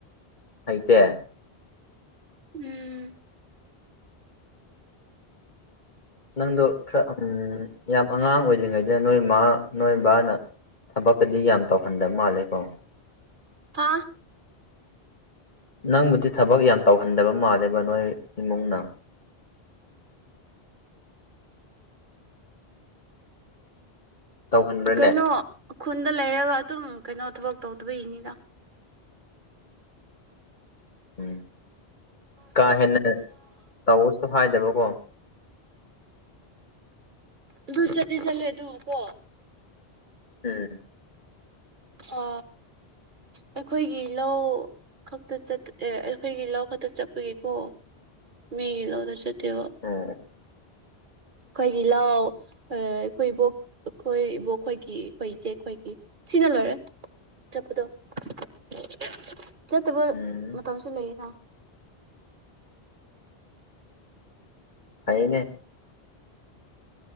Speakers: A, on the left (about 45°); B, on the right (about 50°).
A: ꯍꯩꯇꯦ
B: ꯎꯝ
A: ꯅꯪꯗꯣ ꯈꯔ ꯎꯝ ꯌꯥꯝ ꯑꯉꯥꯡ ꯑꯣꯏꯗ꯭ꯔꯤꯉꯩꯗ ꯅꯣꯏ ꯃꯥ ꯅꯣꯏꯕꯥꯅ ꯊꯕꯛꯀꯗꯤ ꯌꯥꯝ ꯇꯧꯍꯟꯗ ꯃꯥꯜꯂꯦꯀꯣ
B: ꯐꯥ
A: ꯅꯪꯕꯨꯗꯤ ꯊꯕꯛ ꯌꯥꯝ ꯇꯧꯍꯟꯗꯕ ꯃꯥꯜꯂꯦꯕ ꯅꯣꯏ ꯏꯃꯨꯡꯅ ꯇꯧꯍꯟꯕ꯭ꯔꯥꯅꯦ
B: ꯀꯩꯅꯣ ꯈꯨꯟꯗ ꯂꯩꯔꯒ ꯑꯗꯨꯝ ꯀꯩꯅꯣ ꯊꯕꯛ ꯇꯧꯗꯕꯩꯅꯤꯗ
A: ꯎꯝ ꯀꯥ ꯍꯦꯟꯅ ꯇꯧꯋ꯭ꯑꯣꯁꯨ ꯍꯥꯏꯗꯕꯀꯣ
B: ꯑꯗꯨ ꯆꯠꯇꯤ ꯆꯠꯂꯦ ꯑꯗꯨ ꯀꯣ
A: ꯎꯝ
B: ꯑ ꯑꯩꯈꯣꯏꯒꯤ ꯂꯧ ꯈꯛꯇ ꯆ- ꯑꯦ ꯑꯩꯈꯣꯏꯒꯤ ꯂꯧ ꯈꯛꯇ ꯆꯠꯄꯒꯤꯀꯣ ꯃꯤꯒꯤ ꯂꯧꯗ ꯆꯠꯇꯦꯕ
A: ꯎꯝ
B: ꯈꯣꯏꯒꯤ ꯂꯧ ꯑꯥ ꯑꯩꯈꯣꯏ ꯏꯕꯣꯛ ꯑꯩꯈꯣꯏ ꯏꯕꯣꯛ ꯈꯣꯏꯒꯤ ꯑꯩꯈꯣꯏ ꯏꯆꯦꯈꯣꯏꯒꯤ ꯁꯤꯅ ꯂꯣꯏꯔꯦ ꯆꯠꯄꯗꯣ <unintelligible> ꯆꯠꯇꯕ
A: ꯎꯝ
B: ꯃꯇꯝꯁꯨ ꯂꯩꯌꯦꯅ
A: ꯐꯩꯌꯦꯅꯦ